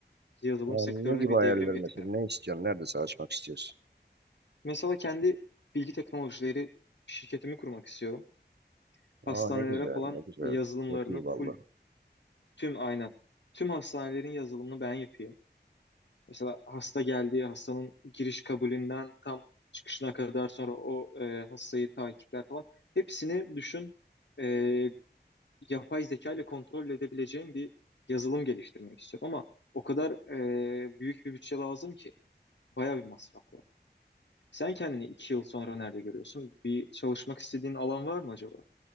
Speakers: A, on the left; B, on the right.
A: yazılım
B: Yani
A: sektörüne
B: ne gibi
A: bir
B: ayarlar
A: devrim getiririm.
B: mesela? Ne istiyorsun? Nerede çalışmak istiyorsun?
A: Mesela kendi bilgi teknolojileri şirketimi kurmak istiyorum. Hastanelere
B: Aa ne güzel,
A: falan
B: ne güzel.
A: yazılımlarını
B: Çok iyi vallahi.
A: full tüm aynen tüm hastanelerin yazılımını ben yapayım. Mesela hasta geldiği hastanın giriş kabulünden tam çıkışına kadar sonra o e, hastayı takipler falan hepsini düşün e, yapay zeka ile kontrol edebileceğim bir yazılım geliştirmek istiyorum ama o kadar e, büyük bir bütçe lazım ki. Bayağı bir masraf var. Sen kendini iki yıl sonra nerede görüyorsun? Bir çalışmak istediğin alan var mı acaba?